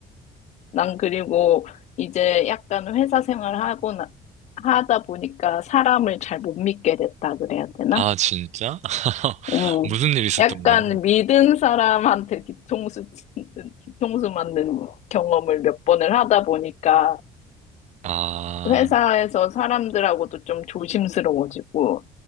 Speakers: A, on the left; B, on the right.
A: 난 그리고 이제 약간 회사 생활하고, 나, 하다 보니까 사람을 잘 못 믿게 됐다 그래야 되나?
B: 아, 진짜? <laughs>
A: 음,
B: 무슨 일 있었던
A: 약간
B: 거야?
A: 믿은 사람한테 뒤통수, 치는- 뒤통수 맞는 경험을 몇 번을 하다 보니까
B: 아,
A: 회사에서 사람들하고도 좀 조심스러워지고,